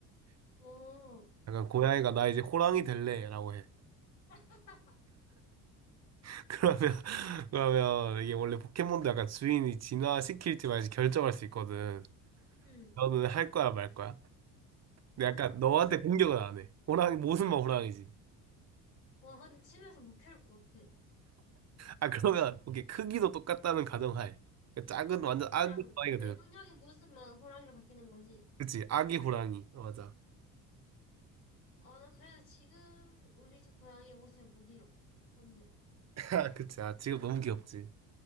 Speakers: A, on the left; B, on the right.
A: 어.
B: 약간 고양이가 나 이제 호랑이 될래라고 해.
A: <laughs>
B: <laughs> 그러면 그러면 이게 원래 포켓몬도 약간 주인이 진화시킬지 말지 결정할 수 있거든.
A: 응.
B: 너는 할 거야 말 거야? 근데 약간 너한테
A: 호랑,
B: 공격은 안 해. 호랑이 모습만 호랑이지.
A: 와, 근데 집에서 못 키울 것 같아.
B: 아 그러면 오케이 크기도 똑같다는 가정하에 그러니까 작은 완전 아기
A: 그냥
B: 호랑이가
A: 내성적인
B: 되는.
A: 모습만 호랑이로 바뀌는 거지.
B: 그치 아기 호랑이 어, 맞아.
A: 어, 나 그래서 지금 우리 집 고양이의 모습을 못 잃어. 안 돼.
B: <laughs> 그치 아 지금 너무 귀엽지.